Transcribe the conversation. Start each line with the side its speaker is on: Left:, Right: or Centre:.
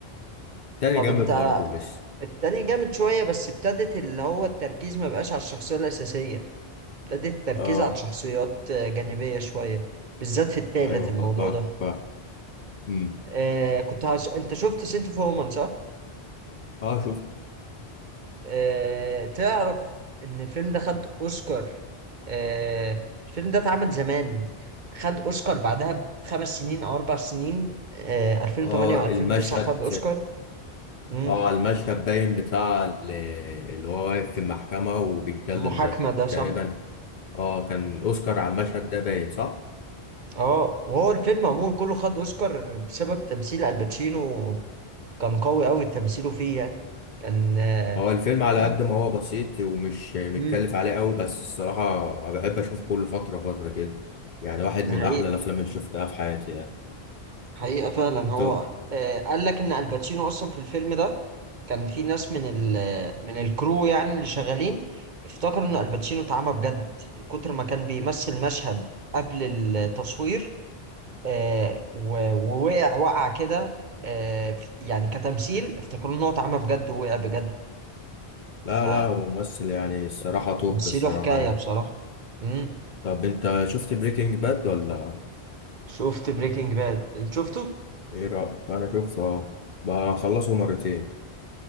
Left: تاني
Right: طب
Left: جامد
Right: انت
Left: برضه مش
Right: التاني جامد شوية بس ابتدت اللي هو التركيز ما بقاش على الشخصية الأساسية ابتدت التركيز
Left: اه
Right: على شخصيات آه، جانبية شوية بالذات في التالت
Left: ايوه
Right: الموضوع
Left: فا فا
Right: ده
Left: فا امم
Right: آه كنت هش... انت شفت سنت اوف وومن صح؟
Left: اه شفت
Right: آه تعرف ان الفيلم ده خد اوسكار آه الفيلم ده اتعمل زمان خد اوسكار بعدها بخمس سنين او اربع سنين آه 2008
Left: اه
Right: او 2009
Left: المشهد
Right: خد اوسكار مم.
Left: اه على المشهد باين بتاع ال- اللي هو واقف في المحكمة وبيتكلم
Right: المحاكمة
Left: ده
Right: ده صح
Left: تقريبا اه كان الاوسكار على المشهد ده باين صح
Right: اه وهو الفيلم عموما كله خد اوسكار بسبب تمثيل الباتشينو كان قوي قوي تمثيله فيه يعني كان آه،
Left: هو الفيلم على
Right: في
Left: قد ما هو بسيط ومش متكلف
Right: مم،
Left: عليه قوي بس الصراحة أنا بحب اشوفه كل فترة فترة كده يعني واحد
Right: دي
Left: من
Right: حقيقة
Left: احلى الافلام اللي شفتها في حياتي يعني
Right: حقيقة فعلا هو
Left: طب
Right: آه، قال لك ان الباتشينو اصلا في الفيلم ده كان في ناس من ال من الكرو يعني اللي شغالين افتكروا ان الباتشينو اتعمى بجد من كتر ما كان بيمثل مشهد قبل التصوير آه و- ووقع وقع كده آه يعني كتمثيل افتكروا ان هو اتعمى بجد ووقع بجد
Left: لا
Right: ف
Left: لا هو ممثل يعني الصراحة توب
Right: بس
Left: الصراحة
Right: له حكاية
Left: يعني
Right: بصراحة امم
Left: طب انت شفت بريكنج باد ولا
Right: شفت بريكنج باد انت شفته؟
Left: ايه رأيك انا شفته اه بخلصه مرتين